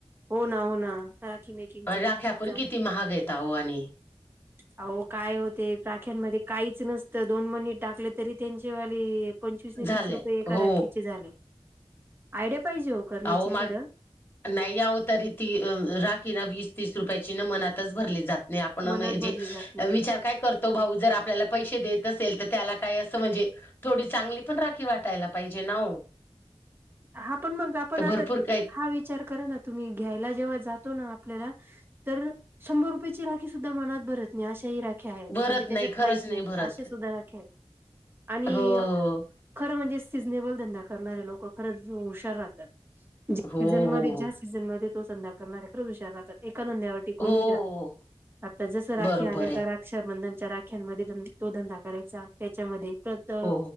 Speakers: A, on the right (about 20°); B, on the left (about 20°).
A: हो ना हो ना राखी मेकिंगचे क्लासेस
B: राख्या पण किती महाग येतह आणि.
A: अह काय होते राख्यांमध्ये काहीच नसतं दोन मणी टाकले तरी त्यांचे वाले. पंचवीस
B: झाल्या
A: तीस रुपये एका
B: हो
A: राखीचे झाले आयडि पाहिजे हो. करण्याची
B: अह म
A: खरं
B: नाही यावं तरी ती राखी ना वीस तीस रुपयाची ना मनातच भरली जात. न आपण
A: मनात भरली
B: जे
A: जात नाही.
B: विचार काय करतो भाऊ जर आपल्याला पैसे देत असेल तर त्याला काय असं म्हणजे. थोडी चांगली पण राखी वाटायला पाहिजे ना.
A: हा पण मग आपण
B: तर
A: आता
B: भरपूर काही
A: हा विचार करा ना तुम्ही घ्यायला जेव्हा जातो ना आपल्याला तर शंभर रुपयाेची राखी सुद्धा मनात भरत नाही अशा ह राख ्या आहेत
B: भरत
A: म्हणजे
B: नाही
A: त्यांच्यात
B: खरंच
A: काहीच नाही
B: भरत
A: असशे सुधारे आहेत आणि.
B: हो हो
A: खर म्हणजे सिजनेबल धंदा करणारे लोक खरंच हुशार राहतात सीझ
B: हो हो
A: म
B: हो
A: जास्त. सीझन मध्ये तो संध्या करणार आहे खरंच विचारला तर एका नंद्यावर. टिकून
B: हो हो.
A: रा आता जस राखी
B: बरोबर
A: आल्या
B: आहे
A: का रा <unintelligible> रक्षाबंधनच्या राख्यांमध्ये तो धंदा करायचा त्याच्यामध्ये प्रत
B: हो